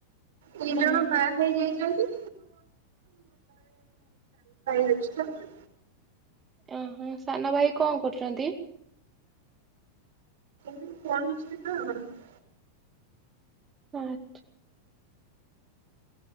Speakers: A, on the right; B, on the right.
A: ଦି ଜଣ
B: ଓହୋ
A: ବାହା ହେଇଯାଇଛନ୍ତି। <unintelligible>
B: ଓହୋ ସାନ ଭାଇ କଣ କରୁଛନ୍ତି?
A: <unintelligible>
B: ଆଠ